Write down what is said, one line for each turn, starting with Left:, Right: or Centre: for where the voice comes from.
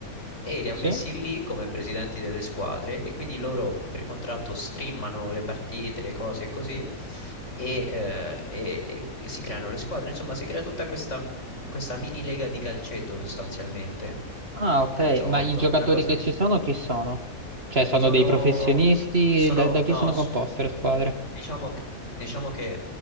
Left: e li ha
Right: sì.
Left: messi lì come presidenti delle squadre e quindi loro per contratto streamano le partite, le cose e così e, eh, e- e si creano le squadre. Insomma, si crea tutta questa, questa mini lega di calcetto sostanzialmente,
Right: Ah, ok,
Left: calciotto,
Right: ma i giocatori
Left: una cosa.
Right: che ci sono chi sono? Cioè, sono
Left: Sono,
Right: dei professionisti?
Left: sono
Right: Da, da
Left: no,
Right: chi sono
Left: s-
Right: composte le squadre?
Left: diciamo, che- diciamo che